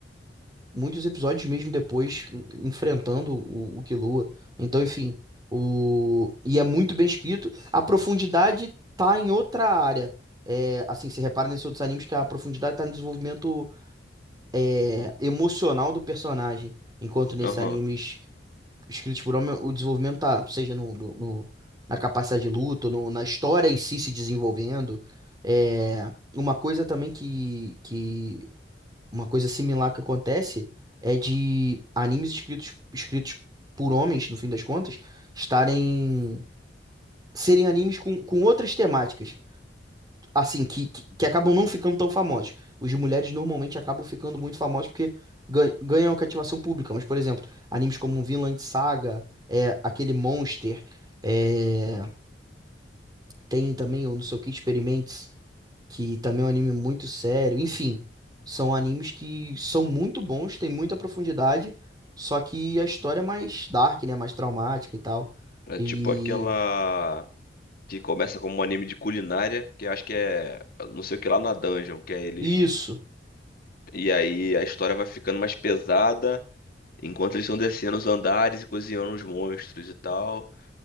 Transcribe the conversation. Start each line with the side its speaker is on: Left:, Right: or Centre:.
Right: muitos episódios mesmo depois en- enfrentando o, o Killua. Então, enfim, o e é muito bem escrito. A profundidade tá em outra área. É, assim, se repara nesses outros animes que a profundidade tá no desenvolvimento é, emocional do personagem, enquanto nesses
Left: Aham.
Right: animes escritos por homem, o desenvolvimento tá, seja no, no- no- na capacidade de luta, ou no- na história em si se desenvolvendo. É, uma coisa também que, que uma coisa similar que acontece é de animes escritos, escritos por homens, no fim das contas, estarem serem animes com, com outras temáticas, assim, que, que, que acabam não ficando tão famosos. Os de mulheres normalmente acabam ficando muito famosos porque gan- ganham a cativação pública, mas, por exemplo, animes como Vinland Saga, é, aquele Monster, é, tem também o não sei o que, Experiments que também é um anime muito sério. Enfim, são animes que são muito bons, tem muita profundidade, só que a história é mais dark, né? Mais traumática e tal.
Left: É
Right: E
Left: tipo aquela que começa como um anime de culinária, que eu acho que é não sei o que lá na dungeon, que é eles.
Right: isso.
Left: E aí a história vai ficando mais pesada, enquanto eles estão descendo os andares e cozinhando os monstros e tal.